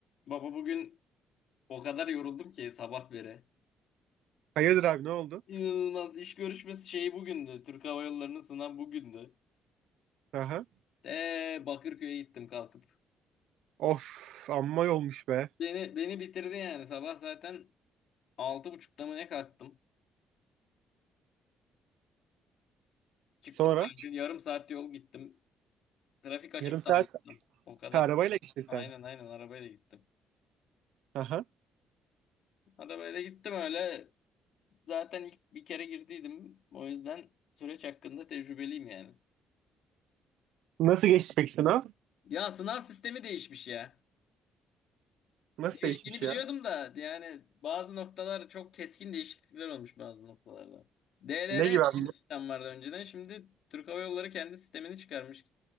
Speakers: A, on the left; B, on the right.
A: Baba bugün o kadar yoruldum ki sabah beri.
B: Hayırdır abi ne oldu?
A: İnanılmaz iş görüşmesi şeyi bugündü. Türk Hava Yolları'nın sınav bugündü.
B: Aha.
A: De Bakırköy'e gittim kalkıp.
B: Of amma yolmuş be.
A: Beni beni bitirdi yani sabah zaten altı buçukta mı ne kalktım. Çıktım
B: Sonra
A: kanka yarım saat yol gittim. Trafik açıktı
B: yarım saat
A: Allah'tan. O kadar
B: ha, arabayla gittin sen.
A: aynen aynen arabayla gittim.
B: Aha.
A: Arabayla gittim öyle. Zaten ilk bir kere girdiydim. O yüzden süreç hakkında tecrübeliyim yani.
B: Nasıl geçti peki sınav?
A: Ya sınav sistemi değişmiş ya.
B: Nasıl
A: Değiştiğini
B: değişmiş
A: biliyordum
B: ya?
A: da yani bazı noktalar çok keskin değişiklikler olmuş bazı noktalarda. DLR
B: Ne
A: diye
B: gibi abi?
A: bir sistem vardı önceden. Şimdi Türk Hava Yolları kendi sistemini çıkarmış.